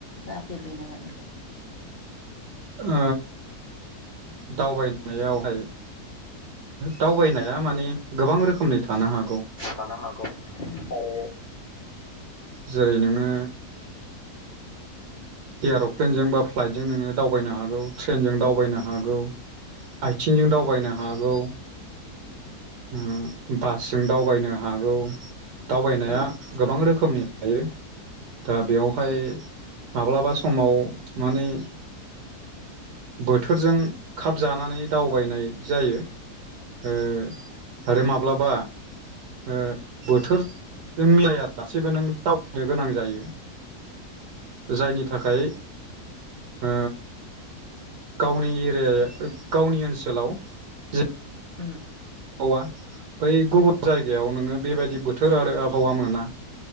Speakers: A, on the left; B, on the right.
A: जाफेरबाय नामा नोंथां?
B: ओ दावबायनायावहाय दावबायनाया माने गोबां रोखोमनि थानो हा
A: थानो हागौ आरे
B: जेरै नोंनो एर'प्लेनजों बा फ्लाइटजों नोङो दावबायनो हागौ ट्रेनजों दावबायनो हागौ। आयथिंजों दावबायनो हागौ उम बा सिम दावबायनो हागौ। दावबायनाया
A: औ
B: गोबां रोखोमनि हायो दा बेयावहाय माब्लाबा समाव मानि बोथोरजों खाब जानानै दावबायनाय जायो। ओ आरो माब्लाबा ओ बोथोरजों मिलायालासेबो नों दावनो गोनां जायो। जायनि थाखाय ओ गावनि एरिया गावनि ओनसोलाव जि
A: उम
B: औवा बै गुबुन जायगायाव नोङो बेबायदि बोथोर आरो आबहावा मोना